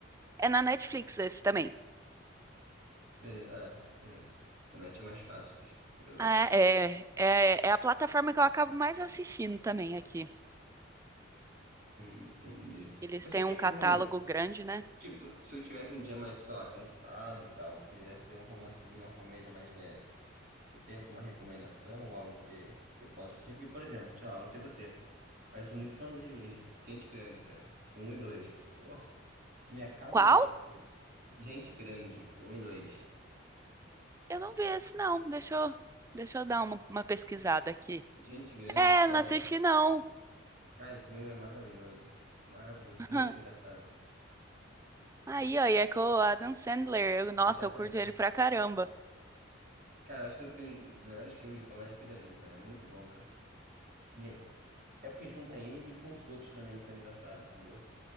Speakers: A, on the right (about 15°); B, on the right (about 45°).
A: É na Netflix esse também.
B: Beleza, ah, beleza. A net é mais fácil de cruzar.
A: Ah, É, é, é a plataforma que eu acabo mais assistindo também aqui.
B: Hum, entendi.
A: Eles
B: Mas
A: têm
B: você tem
A: um catálogo
B: algum.
A: grande, né?
B: Tipo, se eu tivesse um dia mais, sei lá, cansado e tal, quisesse ver um romancezinho, uma comédia mais leve, você tem alguma recomendação, algo que, que eu possa assistir? Porque, por exemplo, sei lá, não sei você, mas eu sou muito fã de Gente Grande, cara. Um e dois. Pô, me acabo
A: Qual?
B: de. Gente Grande, um e dois.
A: Eu não vi esse, não. Deixa eu, deixa eu dar uma, uma pesquisada aqui.
B: Gente Grande,
A: É,
B: que
A: não
B: é.
A: assisti, não.
B: Cara, esse filme é maravilhoso. Maravilhoso,
A: <laughs>
B: muito engraçado.
A: Aí, ó, e é com o Adam Sandler. Eu- nossa,
B: Exatamente.
A: eu curto ele pra caramba.
B: Cara, eu acho que foi um dos melhores filmes de comédia que eu já vi, cara. É muito bom, cara. Ele é... é porque junta ele com os outros também que são engraçados, entendeu?